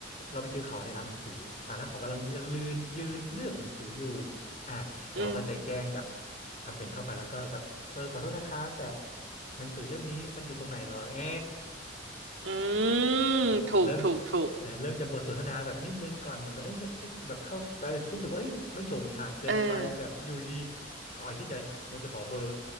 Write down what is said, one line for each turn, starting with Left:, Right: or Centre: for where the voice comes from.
Left: เราไปเจอเขาในร้านหนังสืออ่ะแล้วเขากำลังยืนลืนยืนเลือกหนังสืออยู่อ่ะเราก็ใจแกล้งแบบ
Right: อืม
Left: ทำเป็นเข้าไปแล้วก็แบบเออขอโทษนะครับแบบหนังสือเล่มนี้มันอยู่ตรงไหนเหรอเออ
Right: อื
Left: แบบเริ่ม
Right: มถูกถูกถูก
Left: นะเริ่มจะบทสนทนาแบบนิดนึงก่อนเหมือนแบบเอ้ยให้ให้แบบเข้าเออรู้สึกว่าเอ้ยไม่โฉงฉางเกินไปแบบอยู่ดี
Right: เออ
Left: เขาอาทิตย์ใจมันไปขอเบอร์